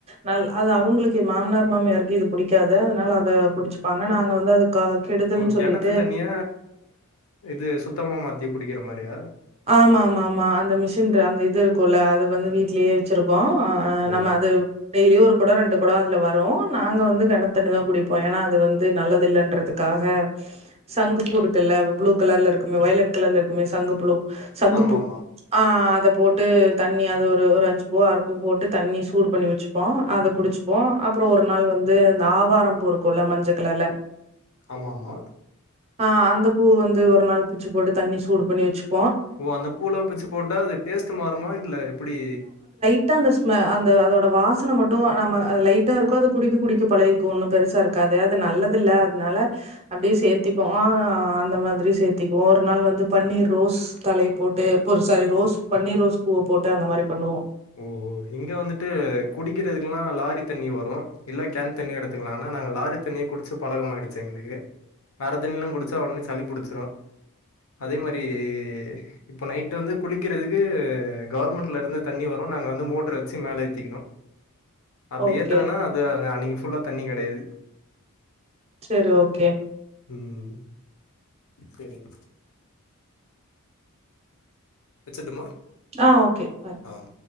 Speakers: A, on the right (about 25°); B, on the left (about 70°).
A: நல் அது அவு உங்களுக்கு மாம்னார் மாமியருக்கு இது புடிக்காது அதனால அத குடிச்சுப்பாங்க நாங்க வந்து அது கா கெடுதல்னு
B: ஓ கெணத்து
A: சொல்லிட்டு
B: தண்ணிய இது சுத்தமா மாத்தி குடிக்கிற மாரியா
A: ஆமா ஆமா ஆமா அந்த மிஷின் அந்த இது இருக்குல்ல அது வந்து வீட்லயே வச்சுருக்கோ
B: ஓ
A: நம்ம அது டெய்லியு ஒரு கூட ரெண்டு கொடோ அதுல வரு நாங்க வந்து கெணத்து தண்ணி தா குடிப்போ ஏன்னா அது வந்து நல்லது இல்லன்றதுக்காக சங்கு பூ இருக்குல்ல ப்ளூ கலர்ல இருக்குமே ஒயிலட் கலர்ல இருக்குமே சங்கு ப்ளூ சங்குப்பூ
B: ஆமாமா.
A: ஆ ஆ அத போட்டு தண்ணி அது ஒரு ஒரு அஞ்சு பூ அறு பூ போட்டு தண்ணி சூடு பண்ணி வச்சுப்போ அத குடிச்சுப்போ அப்பறோ ஒரு நாள் வந்து இந்த ஆவாரம் பூ இருக்குல்ல மஞ்ச கலர்ல
B: ஆமாம்மா
A: ஆ அந்த பூ வந்து ஒரு நாள் பிச்சி போட்டு தண்ணி சூடு பண்ணி வச்சுக்
B: ஓ அந்த பூலாம் பிச்சு போட்டா அது டேஸ்ட் மாறுமா இல்ல எப்புடி
A: ட்டா அந்த ஸ்மெ அந்த அதோட வாசன மட்டு நம்ம அ லைட்டா இருக்கூ அத குடிக்க குடிக்க பழகிக்கு ஒன்னும் பெருசா இருக்காது அது நல்லது இல்ல அதனால அப்டியே சேத்திப்போ அந்த மாதிரி சேத்திக்குவோ ஒரு நாள் வந்து பன்னீர் ரோஸ் தலை போட்டு <unintelligible> ரோஸ் பன்னீர் ரோஸ் பூவ போட்டு அந்த மாரி பண்ணுவோ
B: ஓஹோ இங்க வந்துட்டு குடிக்கிறதுக்குல்லா லாரி தண்ணி வரு இல்ல கேன் தண்ணியா எடுத்துக்லா ஆனா நாங்க லாரி தண்ணிய குடிச்ச பழகம்மாயிடுச்சு எங்களுக்கு வேற தண்ணிலா குடிச்சா ஒடனே சளி புடிச்சுரு அதே மாரி இப்போ நைட் வந்து குளிக்கிறதுக்கு ஃகவர்மெண்ட்ல இருந்து தண்ணி வரு நாங்க வந்து மோட்டரு வச்சு மேல ஏத்திக்கணு அப்டி
A: ஓகே
B: ஏத்தலன்னா அது அன்னக்கி ஃபுல்லா தண்ணி கெடையாது
A: செரி ஓகே
B: ம் ம் செரிங் வச்சுர்ட்டுமா
A: ஆ ஓகே பாய்
B: ஆம்